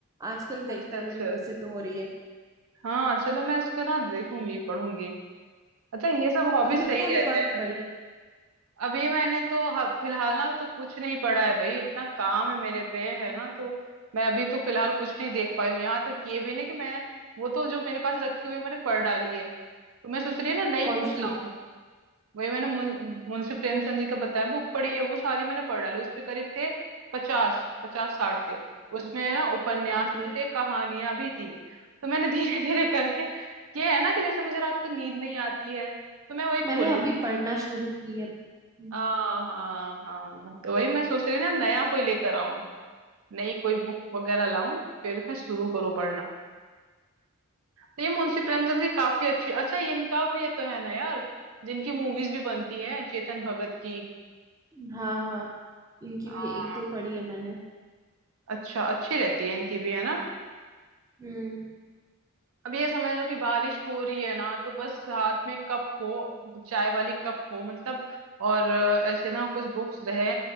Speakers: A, on the right; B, on the right.
A: आजकल देखते
B: अच्छा अच्छा
A: हैं बड़ी प्रसिद्ध हो रही है
B: हाँ चलो मैं इसको ना देखूंगी पढ़ूंगी अच्छा ये सब हॉबीज
A: तुमने
B: सही
A: अभी
B: रहते
A: कौन सी
B: हैं
A: पढ़ी है
B: अभी मैंने तो ह- फिलहाल ना तो कुछ नहीं पढ़ा है भाई इतना काम है मेरे पे है ना तो मैं अभी तो फिलहाल कुछ नहीं देख पाई हूँ यहाँ तक ये भी नहीं कि मैं वो तो जो मेरे पास रखी हुई है मैंने पढ़ डाली है तो मैं सोच रही हूँ ना नई
A: कौन
B: कुछ
A: सी
B: लाऊं वही मैंने मुन- मुंशी प्रेमचंद जी का बताया बुक पढ़ी है वो सारी मैंने पढ़ डाली उसपे करीब थे पचास पचास साठ थे उसमें ना उपन्यास
A: बाप रे
B: भी थे कहानियां भी थी तो मैंने <laughs> धीरे धीरे करके ये है ना कि जैसे मुझे रात को नींद नहीं आती है तो मैं वही खोल
A: मैंने
B: लेती
A: अभी
B: हूँ
A: पढ़ना शुरू की है हम्म,
B: हाँ हाँ हाँ तो वही मैं सोच रही ना नया कोई लेकर आऊं नई कोई बुक वगैरह लाऊं फिर मैं शुरू करूँ पढ़ना तो ये मुंशी प्रेमचंद की काफी अच्छी अच्छा ये इनका भी ये तो है ना यार जिनकी मूवीज भी बनती है चेतन भगत की
A: हाँ हाँ इनकी
B: हाँ
A: भी एक दो पढ़ी है मैंने
B: अच्छा अच्छी रहती है इनकी भी है ना
A: हम्म
B: अब ये समझ लो कि बारिश हो रही है ना तो बस हाथ में कप हो चाय वाली कप हो मतलब और अ, ऐसे ना कुछ बुक्स रहे